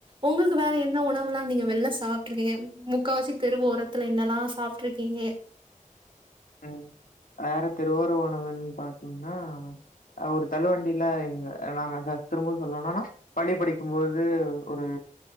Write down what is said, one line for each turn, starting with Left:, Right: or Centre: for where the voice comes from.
Right: ஒங்களுக்கு வேற என்ன உணவலா நீங்க வெள்ல சாப்ட்ருக்கீங்க முக்காவாசி தெருவோர த்துல என்னல்லா சாப்ட்ருக்கீங்க
Left: ம் வேற தெருவோர உணவுன் பாத்தோனா அ ஒரு தள்ளுவண்டில எங்க நாங்க க திரும்பவு சொல்வோ என்னானா பள்ளி படிக்கும்போது ஒரு